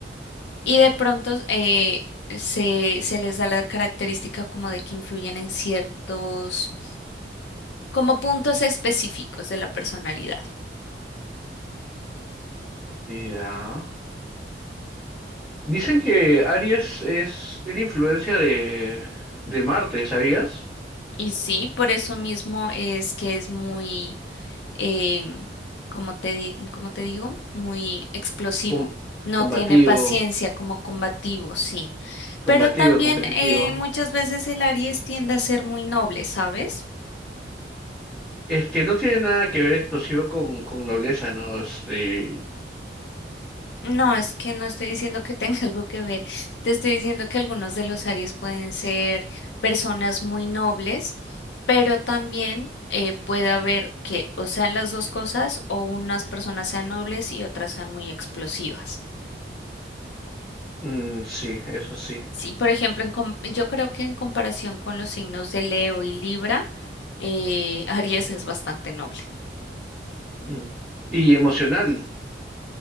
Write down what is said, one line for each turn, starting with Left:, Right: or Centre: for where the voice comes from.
Left: Y de pronto eh, se, se les da la característica como de que influyen en ciertos, como puntos específicos de la personalidad.
Centre: Ya. Dicen que Aries es, tiene influencia de, de Marte, ¿sabías?
Left: Y sí, por eso mismo es que es muy eh, como te, di- como te digo, muy explosivo.
Centre: Com-
Left: No
Centre: combativo,
Left: tiene paciencia como combativo, sí.
Centre: combativo,
Left: Pero también
Centre: competitivo.
Left: eh, muchas veces el Aries tiende a ser muy noble, ¿sabes?
Centre: Es que no tiene nada que ver explosivo con, con nobleza, ¿no? Este,
Left: No, es que no estoy diciendo que tenga <laughs> algo que ver. Te estoy diciendo que algunos de los Aries pueden ser personas muy nobles, pero también eh, puede haber que o sean las dos cosas o unas personas sean nobles y otras sean muy explosivas.
Centre: mm, sí, eso sí.
Left: Sí, por ejemplo, en com- yo creo que en comparación con los signos de Leo y Libra, eh, Aries es bastante noble.
Centre: Mm. Y emocional,